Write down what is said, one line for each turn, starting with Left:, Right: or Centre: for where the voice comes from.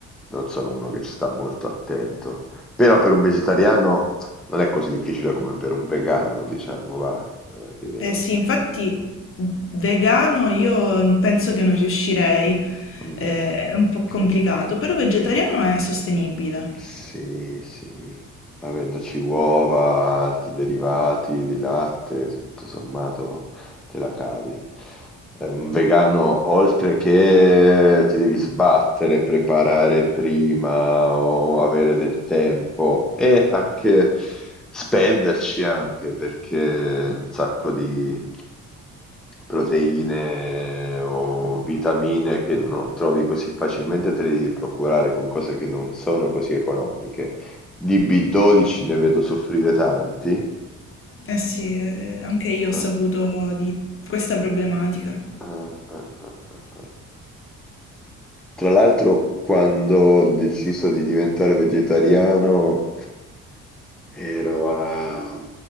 Centre: non sono uno che ci sta molto attento. Però per un vegetariano non è così difficile come per un vegano, diciamo, va. Eh, Che...
Left: Eh sì, infatti vegano io penso che non riuscirei,
Centre: No,
Left: Eh, è un po'
Centre: che
Left: complicato,
Centre: io-
Left: però vegetariano è sostenibile.
Centre: Sì, sì. Avendoci uova, altri derivati di latte, tutto sommato Te la cavi. È un vegano, oltre che ti devi sbattere, preparare prima o avere del tempo e anche spenderci anche perché un sacco di proteine o vitamine che non trovi così facilmente te le devi procurare con cose che non sono così economiche. Di B12 ne vedo soffrire tanti.
Left: Eh sì, eh, anche io ho
Centre: Ah,
Left: saputo di questa problematica.
Centre: ah, ah, ah, ah. Tra l'altro quando ho deciso di diventare vegetariano ero a-